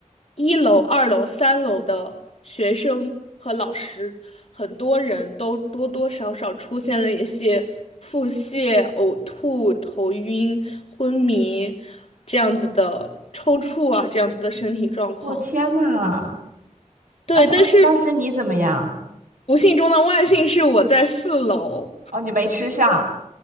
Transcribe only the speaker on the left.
一楼、二楼、三楼的学生和老师，很多人都多多少少出现了一些腹泻、呕吐、头晕、昏迷这样子的抽搐啊，这样子的身体状况。
对，
但是不幸中的万幸是我在四楼，